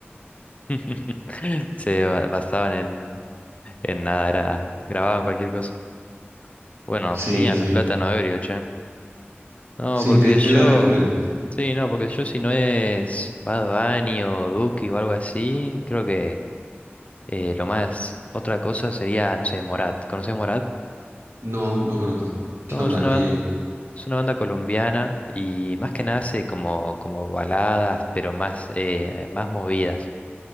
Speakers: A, on the left; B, on the right.
A: <laughs> Se ba- basaban en, en nada, era, grababan cualquier cosa. Bueno,
B: Sí,
A: genial,
B: sí.
A: plátano ebrio, che. No,
B: Sí,
A: porque
B: te, te
A: yo,
B: la recomiendo.
A: sí, no, porque yo si no es Bad Bunny o Duki o algo así, creo que eh, lo más, otra cosa sería, no sé, Morat. ¿Conoces Morat?
B: No, no conozco. ¿Qué
A: No,
B: onda?
A: es una
B: ¿Qué?
A: banda, es una banda colombiana y más que nada hace como, como baladas, pero más, eh, más movidas.